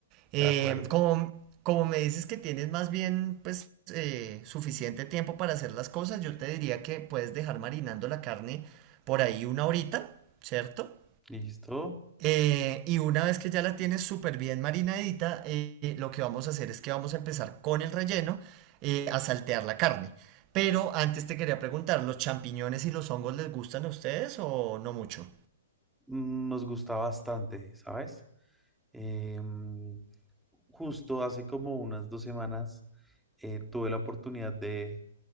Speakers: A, on the right; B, in the centre.
A: Eh,
B: De acuerdo.
A: como, como me dices que tienes más bien pues eh, suficiente tiempo para hacer las cosas, yo te diría que puedes dejar marinando la carne por ahí una horita, ¿cierto?
B: Listo.
A: Eh, y una vez que ya la tienes súper bien marinadita, eh, lo que vamos a hacer es que vamos a empezar con el relleno eh, a saltear la carne. Pero antes te quería preguntar, ¿los champiñones y los hongos les gustan a ustedes o no mucho?
B: Mm, Nos gusta bastante, ¿sabes? Em, justo hace como unas dos semanas eh, tuve la oportunidad de,